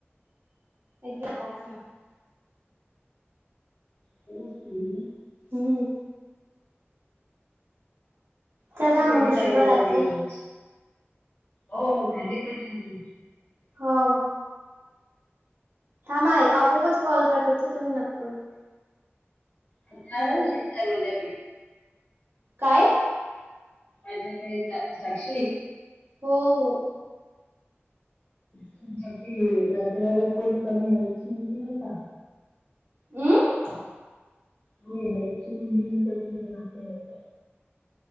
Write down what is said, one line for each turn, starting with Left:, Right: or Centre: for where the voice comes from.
Right: इथ जाच ना <unintelligible>
Left: खरंच तू येईल ना.
Right: हम्म. चला
Left: तू कधी
Right: मग
Left: राय
Right: शुभरात्री
Left: लीला गेली होतीस, हो झाले का टायमिंग.
Right: हो. थांबा आई, आपोआपच कॉल कट होतोय तुम्ही नका करू.
Left: हां,
Right: हम्म
Left: येत जा माझ्याकडे.
Right: काय?
Left: माझ्याकडे येत जा, साक्षी
Right: हो हो
Left: तुमच्या ते नाते वाईकात कोणी कमी हाईटची मुलगी आहे का?
Right: हम्म.
Left: कमी हाईटची मुलगी आहे का तुमच्या नातेवाईकात?